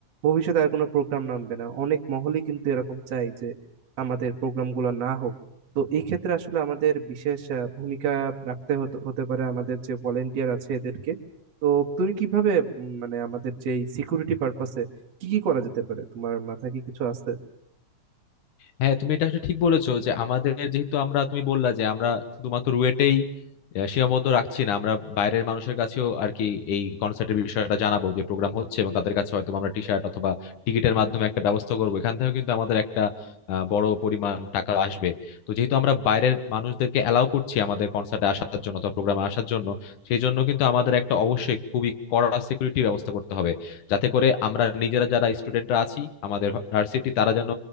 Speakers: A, on the right; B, on the left.
A: ভবিষ্যতে আর কোনো প্রোগ্রাম নামবে না অনেক মহলই কিন্তু এরকম চাই যে আমাদের প্রোগ্রামগুলো না হোক তো এই ক্ষেত্রে আসলে আমাদের বিশেষ আহ, ভূমিকা রাখতে হতে হতে পারে আমাদের যে ভলেন্টিয়ার আছে এদেরকে তো তুমি কিভাবে উম, মানে আমাদের যে সিকিউরিটি পারপাসে কি কি করা যেতে পারে তোমার মাথায় কি কিছু আসছে
B: হ্যাঁ তুমি এটা আসলে ঠিক বলেছো যে আমাদের যেহেতু আমরা তুমি বললা যে আমরা শুধুমাত্র রুয়েটেই আহ, সীমাবদ্ধ রাখছি না আমরা বাইরের মানুষের কাছেও আর কি এই কনসার্টের বিষয়টা জানাবো যে প্রোগ্রাম হচ্ছে এবং তাদের কাছে হয়তো আমরা টি শার্ট অথবা টিকিটের মাধ্যমে একটা ব্যবস্থা করবো এখান থেকেও কিন্তু আমাদের একটা আহ, বড় পরিমাণ টাকা আসবে তো যেহেতু আমরা বাইরের মানুষদেরকে অ্যালাউ করছি আমাদের কনসার্টে আসার জন্য অথবা প্রোগ্রামে আসার জন্য সেই জন্য কিন্তু আমাদের একটা অবশ্যই খুবই কড়া সিকিউরিটি ব্যবস্থা করতে হবে যাতে করে আমরা নিজেরা যারা স্টুডেন্টরা আছি আমাদের ভার্সিটি তারা যেন